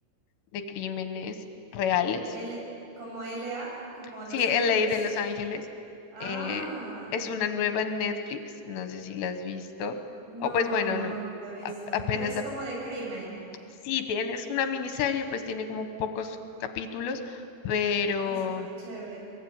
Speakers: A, on the left; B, on the right.
A: de Crímenes Reales.
B: L, como L A como
A: Sí,
B: Los
A: El
B: Ángeles.
A: A de Los Ángeles.
B: Ah,
A: eh, es una nueva en Netflix, no sé si la has visto.
B: no,
A: O pues bueno,
B: no,
A: no.
B: no la he visto.
A: a- apenas,
B: Pero es
A: a-
B: como de crimen.
A: sí, tienes una miniserie, pues tiene como pocos capítulos, pero...
B: Ah, súper chévere.